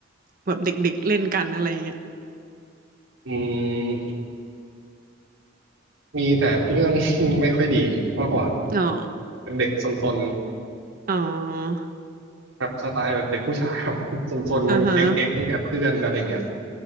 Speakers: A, on the right (about 45°); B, on the right (about 80°).
A: แบบเด็กๆเล่นกันอะไรเงี้ย
B: อืมมีแต่เรื่อง <laughs> ไม่ค่อยดีมากกว่าแบบ
A: อ๋อ
B: เป็นเด็กซน
A: อ๋อ
B: ๆแบบสไตล์แบบเด็กผู้ชายแบบ <laughs> ซนๆแก๊งๆกับเพื่อนอะไรเงี้ย
A: อ่าฮะ